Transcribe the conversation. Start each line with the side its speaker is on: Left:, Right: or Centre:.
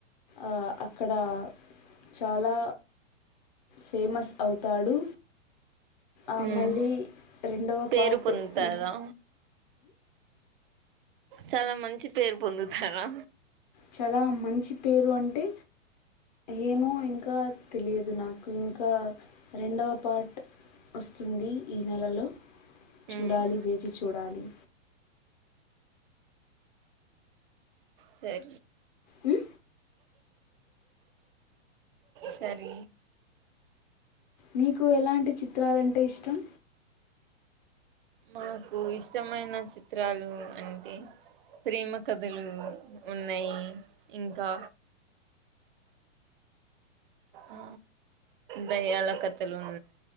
Left: ఆ అక్కడా చాలా ఫేమస్ అవుతాడూ ఆ
Right: ఉమ్
Left: మళ్ళీ రెండవ
Right: పేరు
Left: పాట్
Right: పొందుతారా
Left: ఈ
Right: చాలా మంచి పేర్ పొంధుతారా
Left: చాలా మంచి పేరు అంటే ఏమో ఇంకా తెలీద్ నాకు ఇంకా రెండవ పార్ట్ ఒస్తుంది ఈ నెలలో చూడాలి
Right: ఉమ్
Left: వేచి చూడాలి
Right: సరె
Left: మ్
Right: సరీ
Left: మీకు ఎలాంటి చిత్రాలంటె ఇష్టం
Right: మాకూ ఇష్టమైన చిత్రాలు అంటే ప్రేమ కథలూ ఉన్నయ్ ఇంకా ఆ దయ్యాల కథలూ